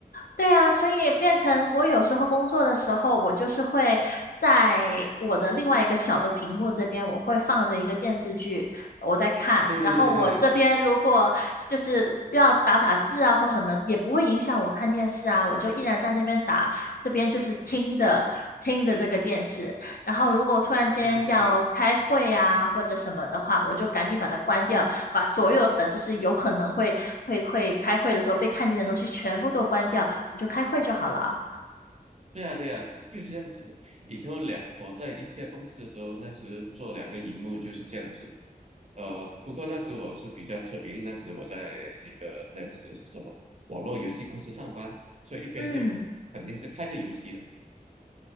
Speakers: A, on the left (about 80°); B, on the right (about 45°).
A: 对啊，所以变成我有时候工作的时候，我就是会在我的另外一个小的屏幕这边，我会放着一个电视剧，我在看。
B: 对对对对对对
A: 然后我这边如果就是要打打字啊或什么，也不会影响我看电视啊，我就依然在那边打，这边就是听着听着这个电视。然后如果突然间要开会啊，
B: 对对对对，
A: 或者什么的话，我就赶紧把它关掉，把所有的就是有可能会会会开会的时候被看见的东西全部都关掉，我就开会就好了。
B: 对啊对啊，就就是这样子的。以前有两我在一家公司的时候，那时做两个荧幕就是这样子。呃，不过那时我是比较特别，因为那时我在那个那时是什么网络游戏公司上班，所以一边是
A: 嗯，
B: 肯定是开着游戏的。